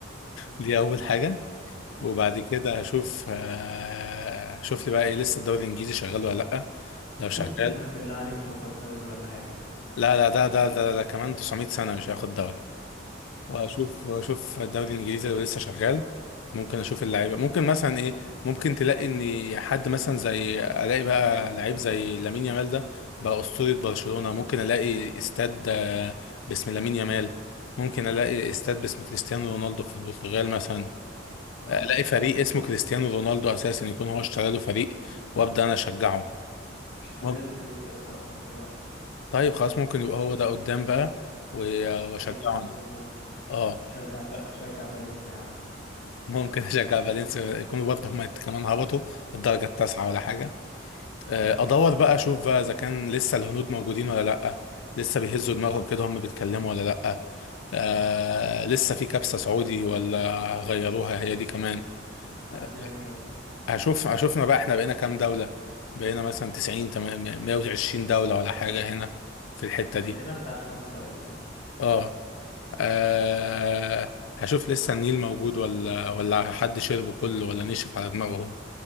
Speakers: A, on the left; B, on the left.
A: دي اول حاجه وبعد كده هشوف آه هشوف لي بقى ايه لسه الدوري الانجليزي شغال ولا لا لو
B: شفت
A: شغال
B: توتنهام بالله عليك لو خد دوري ولا حاجة
A: لا لا ده ده ده, ده كمان 900 سنه مش هياخد دوري
B: اه
A: واشوف
B: ماشي
A: اشوف الدوري الانجليزي لو لسه شغال ممكن اشوف اللعيبه ممكن مثلا ايه ممكن تلاقي ان حد مثلا زي الاقي بقى لعيب زي لامين يامال ده بقى اسطوره برشلونه ممكن الاقي استاد آه، باسم لامين يامال ممكن الاقي استاد باسم كريستيانو رونالدو في البرتغال مثلا
B: اه
A: الاقي
B: ممكن
A: فريق اسمه كريستيانو رونالدو اساسا يكون هو اشترى له فريق وابدا انا اشجعه
B: اشترى
A: مم.
B: له فريق يا اسطى اصلا دلوقتي
A: طيب خلاص ممكن يبقى هو ده قدام بقى و- واشجعه
B: فريق كريستيانو
A: انا
B: رونالدو
A: اه
B: شجع ف... شجع فالنسيا يا عم
A: ممكن <laughs> اشجع فالنسيا يكونوا برضه هم كمان هبطوا الدرجه التاسعه ولا حاجه آه، ادور بقى اشوف بقى اذا كان لسه الهنود موجودين ولا لا لسه بيهزوا دماغهم كده هم بيتكلموا ولا لا آه، لسه في كبسه سعودي ولا غيروها هي دي كمان
B: لا
A: آه،
B: دي هتكمل
A: هشوف هشوفنا بقى احنا بقينا كام دولة بقينا مثلا 90 تمام 120 دولة ولا حاجة هنا في الحتة
B: هتلاقينا
A: دي
B: بتاع خمسة ولا ستة
A: اه آه، هشوف لسه النيل موجود ولا ولا حد شربه كله ولا نشف على دماغهم